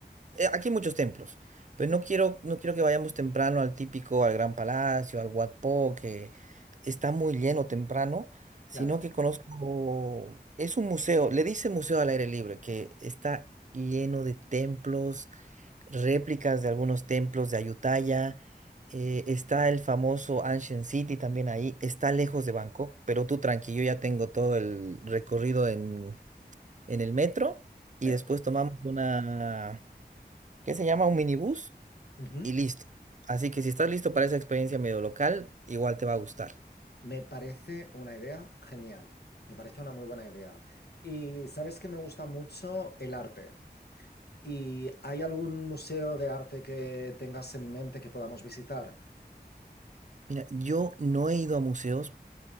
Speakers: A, on the right (about 45°); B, on the left (about 70°).
A: eh, aquí hay muchos templos, pero
B: mm,
A: no quiero, no quiero que vayamos temprano al típico, al Gran Palacio, al Wat Po, que está muy lleno temprano, sino
B: Claro,
A: que conozco, es un museo, le dice museo al aire libre, que está lleno de templos, réplicas de algunos templos de Ayutthaya, eh, está el famoso Ancient City también ahí, está lejos de Bangkok, pero tú tranquilo, ya tengo todo el recorrido en, en el metro y
B: perfecto.
A: después tomamos una que se llama un minibús
B: Ujú.
A: y listo. Así que si estás listo para esa experiencia medio local, igual te va a gustar.
B: Me parece una idea genial. Me parece una muy buena idea. Y sabes que me gusta mucho el arte. ¿Y hay algún museo de arte que tengas en mente que podamos visitar?
A: Mira, yo no he ido a museos,